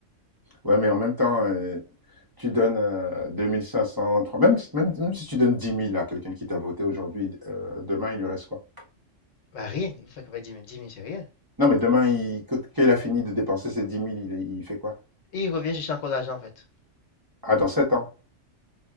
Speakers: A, on the right; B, on the left.
A: Ouais, mais en même temps, heu, tu donnes, heu, 2 500, trois même si même même si tu donnes 10 000 à quelqu'un qui t'a voté aujourd'hui, d euh, demain, il lui reste quoi?
B: Bah, rien, il fait qu'on va 10 000, 10 c'est rien.
A: Non, mais demain, il que quand il a fini de dépenser ses 10 000, il est il fait quoi?
B: Et ils reviennent chercher encore de l'argent en fait.
A: Ah, dans 7 ans.